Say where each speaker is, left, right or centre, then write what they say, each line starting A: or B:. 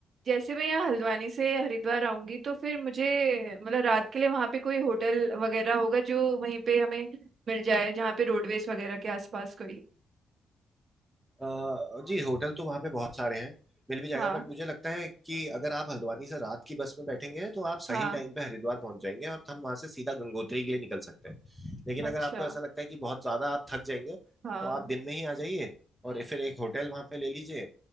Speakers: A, on the right; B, in the centre.
A: जैसे मैं यहाँ हल्द्वानी से हरिद्वार आऊंगी तो फिर मुझे मतलब रात के लिए वहाँ पे कोई होटल वगैरह होगा जो वहीं पे हमें मिल जाए जहाँ पे रोडवेज वगैरह के आसपास कोई
B: अ, जी होटल तो वहाँ पे बहुत सारे हैं मिल भी जाएगा
A: हाँ
B: बट मुझे लगता है कि अगर आप हल्द्वानी से रात की बस में बैठेंगे तो आप सही
A: हाँ
B: टाइम पे हरिद्वार पहुंच जाएंगे और हम वहाँ से सीधा गंगोत्री के लिए निकल सकते हैं लेकिन
A: अच्छा
B: अगर आपको ऐसा लगता है कि बहुत ज़्यादा आप थक जाएंगे
A: हाँ
B: तो आप दिन में ही आ जाइए और फिर एक होटल वहाँ पे ले लीजिए